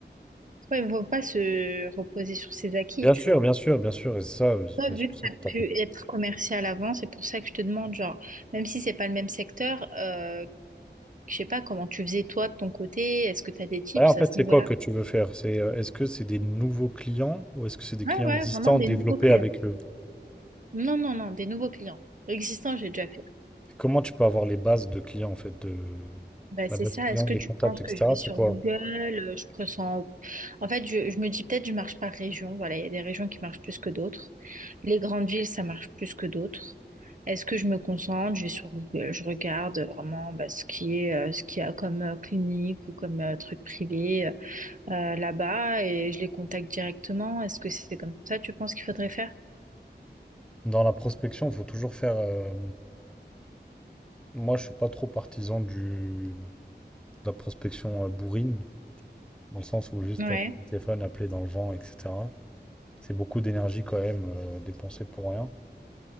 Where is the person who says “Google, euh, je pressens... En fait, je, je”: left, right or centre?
Right